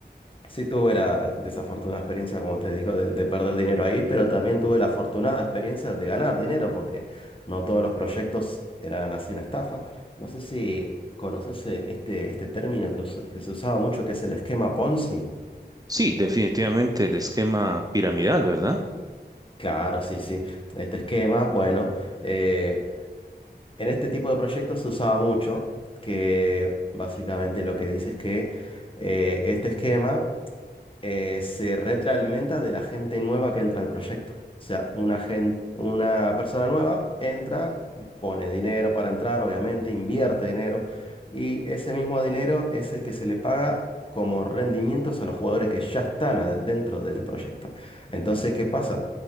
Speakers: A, on the left (about 30°); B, on the right (about 20°).
A: Sí, tuve la desafortunada experiencia, como te digo, de, de perder dinero ahí, pero también tuve la afortunada experiencia de ganar dinero, porque no todos los proyectos eran así una estafa. No sé si conoces eh, este, este término que, usa- que se usaba mucho, que es el esquema Ponzi.
B: Sí, definitivamente el esquema piramidal, ¿verdad?
A: Claro, sí, sí. Este esquema, bueno, eh, en este tipo de proyectos se usaba mucho, que básicamente lo que dice es que eh, este esquema eh, se retroalimenta de la gente nueva que entra al proyecto. O sea, una gen- una persona nueva entra, pone dinero para entrar, obviamente, invierte dinero, y ese mismo dinero es el que se le paga como rendimientos a los jugadores que ya están ad- dentro del proyecto. Entonces, ¿qué pasa?